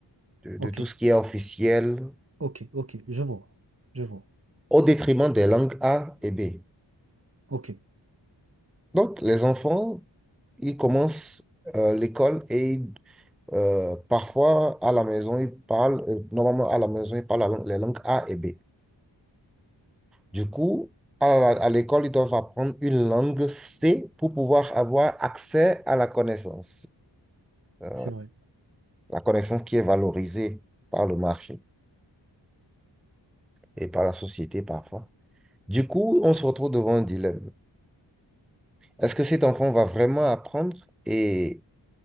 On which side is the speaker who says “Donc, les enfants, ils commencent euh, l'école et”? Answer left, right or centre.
Centre